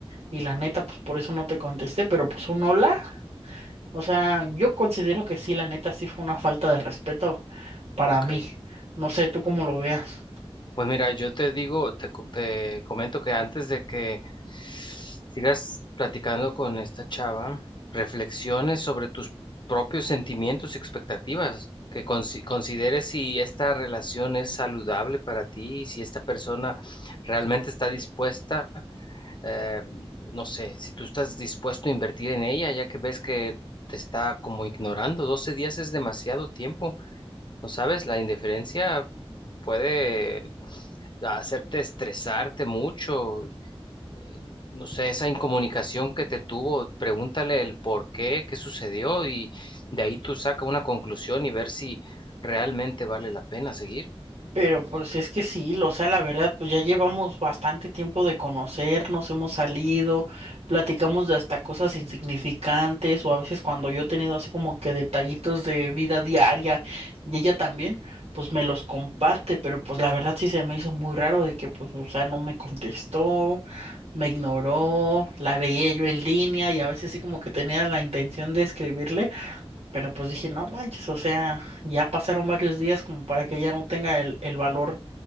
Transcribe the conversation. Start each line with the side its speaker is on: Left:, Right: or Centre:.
Right: y la neta, pues por eso no te contesté, pero pues un hola, o sea, yo considero que sí, la neta sí fue una falta de respeto para
Left: Ok,
Right: mí, no sé, tú cómo lo veas.
Left: pues mira, yo te digo, te, co- te comento que antes de que sigas platicando con esta chava, reflexiones sobre tus propios sentimientos y expectativas, que consi- consideres si esta relación es saludable para ti, si esta persona realmente está dispuesta. eh, no sé, si tú estás dispuesto a invertir en ella, ya que ves que te está como ignorando, 12 días es demasiado tiempo, ¿no sabes? La indiferencia puede hacerte estresarte mucho, eh, no sé, esa incomunicación que te tuvo, pregúntale el por qué, qué sucedió y de ahí tú saca una conclusión y ver si realmente vale la pena seguir.
Right: Pero pues es que sí, lo- o sea, la verdad, pues ya llevamos bastante tiempo de conocernos, hemos salido, platicamos de hasta cosas insignificantes o a veces cuando yo he tenido así como que detallitos de vida diaria y ella también, pues me los comparte, pero pues la verdad sí se me hizo muy raro de que pues, o sea, no me contestó, me ignoró, la veía yo en línea y a veces sí como que tenía la intención de escribirle. Pero pues dije, no manches, o sea, ya pasaron varios días como para que ella no tenga el, el valor